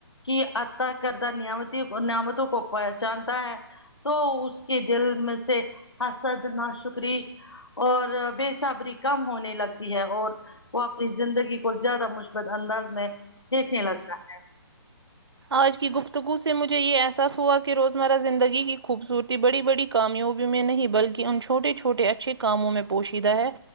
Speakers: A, on the left (about 85°); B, on the right (about 75°).
A: کی عطا کردہ نمتی نعمتوں کو پہچانتا ہے تو اس کے دل میں سے حسد نہ شکری اور بےصبری کم ہونے لگتی ہے اور وہ اپنی زندگی کو زیادہ مثبت انداز میں دیکھنے لگتا ہے
B: آج کی گفتگو سے مجھے یہ احساس ہوا کہ روزمرہ زندگی کی خوبصورتی بڑی بڑی کامیابیوں میں نہیں بلکہ ان چھوٹے چھوٹے اچھے کاموں میں پوشیدہ ہے